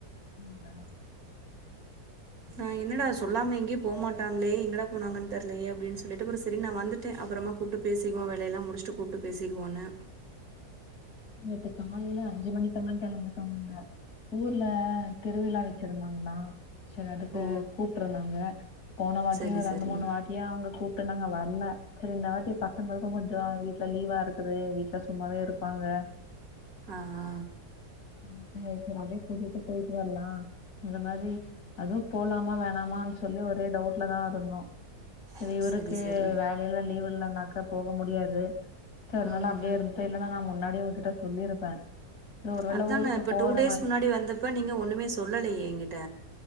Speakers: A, on the left; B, on the right.
A: <inaudible>
B: நா என்னடா சொல்லாம எங்கய போமாட்டாங்களே எங்கடா போனாங்கு தெர்லயே அப்டின்னு சொல்லிட்டு அப்றோ செரி நா வந்துட்டு ட்டு அப்புறமா கூப்பிட்டு பேசிக்குவோ வேலயெல்லா முடிச்சுட்டு கூப்பிட்டு பேசிக்குவோன்னு
A: நேத்து காலல அஞ்சு மணிக்கல்லா கிளம்பிட்டோ நாங்க ஊர்ல திருவிழா வச்சிருந்தாங்களா சரி அதுக்கு
B: ஓ
A: கூப்ட்ருந்தாங்க போன வாட்டியு
B: சரி
A: ரெண்டு
B: சரி
A: மூணு வாட்டி யு அவங்க கூப்ட்டு நாங்க வர்ல சரி இந்த வாட்டி பசங்களுக்கு கொஞ்சோ வீட்டுல லீவா இருக்குது வீட்டுல சும்மாவே இருப்பாங்க
B: ஆஹ்
A: அப்டியே கூட்டிட்டு போய்ட்டு வரலா இந்த மாரி அதுவு போலாமா வேணாமான்னு சொல்லி ஒரே டவுட்ல தா இருந்தோ சரி
B: ஆ
A: இவருக்கு
B: சரி
A: வேலையல்ல லீவ் இல்லனாக்க போக முடியாது சரினால
B: ம்
A: அப்டியே இரு இப்ப இல்லன்னா நா முன்னாடியே உங்ககிட்ட சொல்லிருப்பே சரி ஒருவேள
B: அதான
A: ஊருக்கு போற
B: டூ டேஸ்
A: மாரி
B: முன்னாடி வந்தப்ப இப்போ நீங்க ஒண்ணுமே சொல்லலையே என்கிட்ட